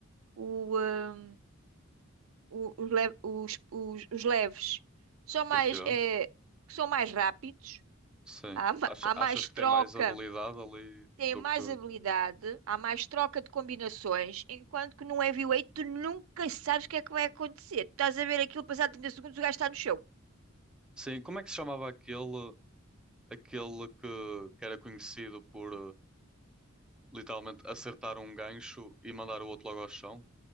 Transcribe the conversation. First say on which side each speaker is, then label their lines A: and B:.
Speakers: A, on the right; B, in the centre.
A: o, ah, o- os, le- os, os, os leves. São mais...
B: porquê?
A: É... que São mais rápidos
B: Sim.
A: Há, ma-
B: Acha-
A: há mais
B: achas que
A: troca,
B: tem mais habilidade ali
A: tem
B: do
A: mais
B: que.
A: habilidade, há mais troca de combinações, enquanto que num heavyweight tu nunca sabes o que é que vai acontecer. Tu estás a ver aquilo, passado 30 segundos o gajo está no chão.
B: Sim, como é que se chamava aquele, aquele que, que era conhecido por eh, literalmente acertar um gancho e mandar o outro logo ao chão?